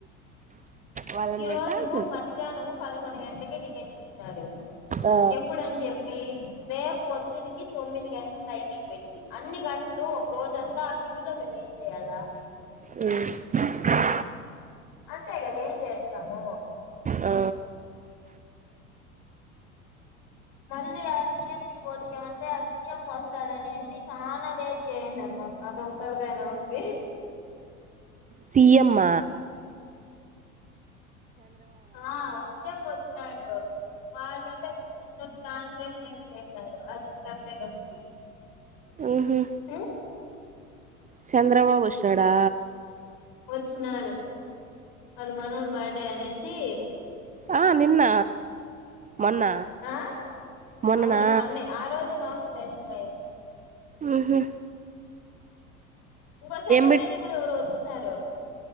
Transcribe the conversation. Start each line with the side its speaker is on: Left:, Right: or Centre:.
Right: వాళ్ళని
Left: ఈ రోజు
Right: పెట్టాల్సి
Left: మధ్యాహ్నం పదకొండు గంటలకి టికెట్లు ఇచ్చినారు
Right: ఆ
Left: ఎప్పుడు అని చెప్పి రేపు పొద్దునికి తొమ్మిది గంటలు టైమింగ్ పెట్టి అన్ని గంటలు ఒక రోజంతా ఆ క్యూ లో మామ్ ఏం చేయాలా
Right: ఉమ్
Left: అంతే కదా ఏం చేస్తాము
Right: ఆ
Left: మళ్ళీ ఆ రీ ఎంట్రీ బోర్డుకి ఏమంటే ఆ సీఎం వస్తాడనేసి చాలా లేట్ చేసేసినారు మాకు అదో తలాకాయ్ నొప్పి
Right: సియంమ్మ
Left: ఆ సియం ఒచ్చినాడు ఆరుమందో ఐదుమందో కాంట్రాక్ట్ <unintelligible> అది ఒక తలాకాయ్ నొప్పి
Right: ఉహు
Left: ఉమ్
Right: చంద్రబాబు వచ్చినాడా
Left: వచ్చినాడు వాళ్ళు మనవడి బర్డే అనేసి
Right: ఆ నిన్న మొన్న
Left: ఆ
Right: మొన్ననా
Left: అవును మొన్న ఆ రోజే మాకు దర్శనం అయింది
Right: ఆహా
Left: ఇంకో సెలబ్రిటీ
Right: పెట్
Left: కూడా ఎవరో వచ్చన్నారు